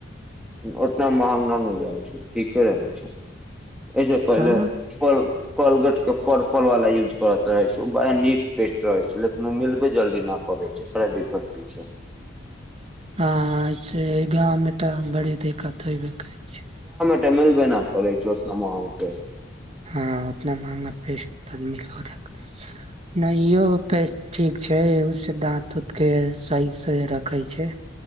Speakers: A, in the centre; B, on the right.
A: ओतना महंगा न रहै छै ठीके रहै छै एहिसँ पहिले
B: हँ
A: कोल कोलगेट के पर्पल वाला यूज करत रहै छियै ओ बड़ा नीक पेस्ट रहै छै लेकिन उ मिलबे जल्दी न करै छै बड़ा दिक्कत होय छै
B: हं से गाँव में तऽ बड़ी दिक्कत होयबे करै छै
A: मिलबेना करै छै ओ समहौ के
B: हं उतना महंगा पेस्ट त मिलवो नै करय छै नै इहो पेस्ट ठीक छै ए उ से दाँत उूतके सही से रखै छै